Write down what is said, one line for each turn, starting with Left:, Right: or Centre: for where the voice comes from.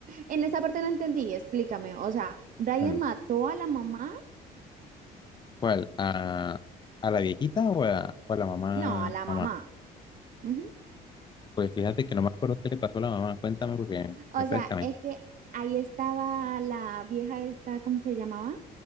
Right: en esa parte no entendí, explícame. O sea, Ryan
Left: Mm,
Right: mató a la mamá,
Left: ¿Cuál? ¿A, a la viejita o a, o a la mamá,
Right: no, a la mamá.
Left: mamá
Right: Ujú.
Left: Pues fíjate que no me acuerdo qué le pasó a la mamá. Cuéntame porque
Right: O
Left: refrescame.
Right: sea, es que ahí estaba la vieja esta, ¿cómo que llamaba?